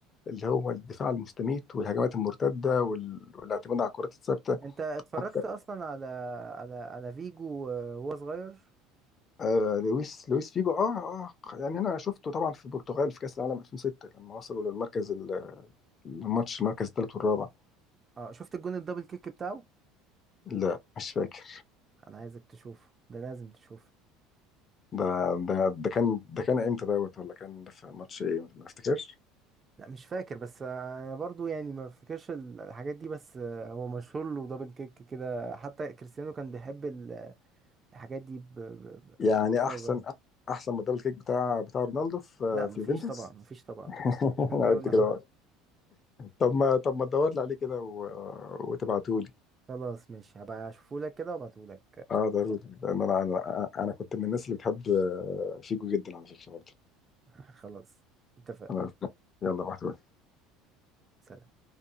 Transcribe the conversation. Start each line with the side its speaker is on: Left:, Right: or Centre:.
Left: اللي هو الدفاع المستميت والهجمات المرتده وال... والاعتماد على الكرات الثابته
Right: انت اتفرجت
Left: حتى
Right: اصلا على على على فيجو وهو صغير
Left: آه... لويس لويس فيجو اه اه يعني انا شفته طبعا في البرتغال في كاس العالم 2006 لما وصلوا للمركز ال- الماتش المركز الثالث والرابع
Right: اه شفت الجون الدبل كيك بتاعه
Left: لا مش فاكر
Right: انا عايزك تشوفه ده لازم تشوفه
Left: ده ده ده كان ده كان امتى دوت ولا كان في ماتش ايه ما افتكرش
Right: لا مش فاكر بس انا برضو يعني ما افتكرش ال- الحاجات دي بس هو مشهور له دبل كيك كده حتى كريستيانو كان بيحب ال- الحاجات دي ب... ب... ب...
Left: يعني
Right: بسبب
Left: احسن
Right: ده.
Left: احسن ما الدبل كيك بتاع بتاع رونالدو في
Right: لا مفيش
Left: في يوفنتوس
Right: طبعا مفيش طبعا
Left: <laughs>
Right: مفيش مقارنة
Left: انا قلت كده أهو. طب ما طب ما تدور لي عليه كده و... وتبعته لي
Right: خلاص ماشي هبقى اشوفهولك كده وابعتهولك
Left: اه ضروري لان انا انا انا كنت من الناس اللي بتحب فيجو جدا على فكره برضه
Right: <laughs> خلاص اتفقنا
Left: انا يلا بعته
Right: سلام.